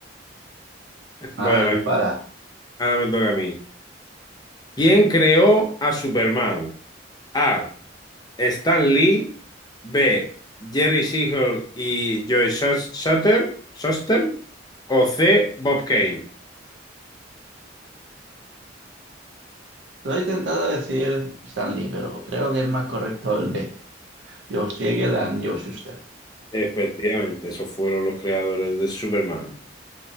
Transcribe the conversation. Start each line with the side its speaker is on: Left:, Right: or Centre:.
Left: Bueno,
Right: A ver, dispara.
Left: aquí- ahora me toca a mí. ¿Quién creó a Superman? A. Stan Lee, B. Jerry Siegel y Joe Shus- Shuster, Shuster, o C. Bob Kane.
Right: Estoy tentado de decir Stanley, pero creo que es más correcto el B. Yoshiegal and Joe Shuster.
Left: Efectivamente, esos fueron los creadores de Superman.